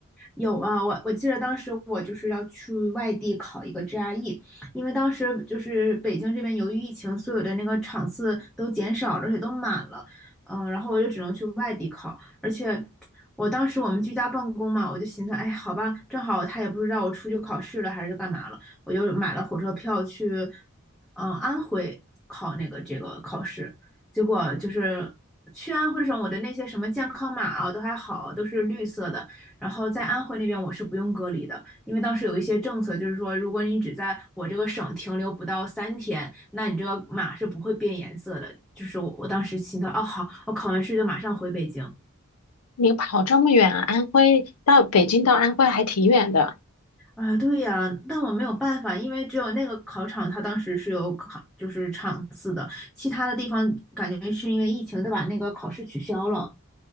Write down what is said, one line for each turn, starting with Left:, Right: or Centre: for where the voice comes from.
Centre: 有啊，我我记得当时我就是要去外地考一个 GRE，因为当时就是北京这边由于疫情，所有的那个场次都减少了，而且都满了，嗯，然后我就只能去外地考，而且我当时我们居家办公嘛，我就寻思，哎，好吧，正好他也不知道我出去考试了还是干嘛了，我就买了火车票去，嗯，安徽考那个这个考试，结果就是去安徽省，我的那些什么健康码啊都还好，都是绿色的。然后在安徽那边我是不用隔离的，因为当时有一些政策，就是说如果你只在我这个省停留不到三天，那你这个码是不会变颜色的。就是我我当时心想，啊，好，我考完试就马上回北京。
Left: 你跑这么远啊，安徽到北京到安徽还挺远的，
Centre: 啊，对呀，但我没有办法，因为只有那个考场，它当时是有考，就是场次的，其他的地方感觉是因为疫情，都把那个考试取消了。